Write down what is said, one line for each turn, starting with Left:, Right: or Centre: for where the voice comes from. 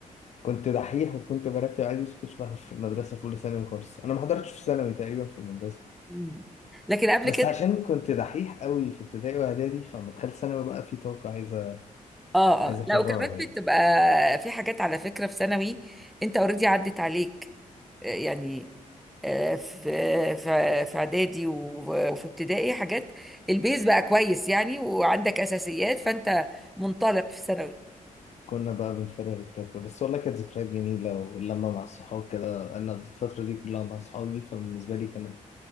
Left: كنت دحيح وكنت برتب عادي بس كنتش بحضر في المدرسة في أولى ثانوي خالص أنا ما حضرتش في ثانوي تقريبا في المدرسة
Centre: مم. لكن قبل
Left: بس
Centre: كده
Left: عشان كنت دحيح قوي في ابتدائي وإعدادي فلما دخلت ثانوي بقى في طاقة عايزة
Centre: اه
Left: عايزة
Centre: اه
Left: أفرغها
Centre: لا وكمان
Left: يعني
Centre: بتبقى في حاجات على فكرة في ثانوي انت اوريدي عدت عليك آه، يعني آه، في في في اعدادي و- وفي ابتدائي حاجات البيز بقى كويس يعني وعندك اساسيات فانت منطلق في ثانوي
Left: كنا بقى بنفرغ الطاقة بس والله كانت ذكريات جميلة واللمة مع الصحاب كده أنا الفترة دي كلها مع صحابي فبالنسبة لي كانت